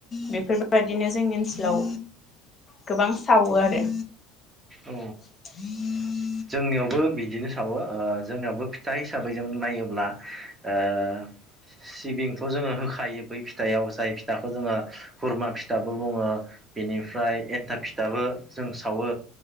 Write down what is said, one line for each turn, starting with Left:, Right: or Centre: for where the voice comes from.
Left: बेफोरबायदिनो जोंनि ओनसोलाव गोबां सावो आरो।
Right: औ
Left: <inaudible>
Right: जोंनियावबो। बिदिनो सावो ओ जोंनियाबो। जाय हिसाबै जों नायोब्ला ओ सिबिंथ' जोङो होखायो बै फिथाइाव जाय फिथाखौ जोङो हुरमा फिथाबो बुङो बेनिफ्राय एन्थाब फिथाबो जों सावो।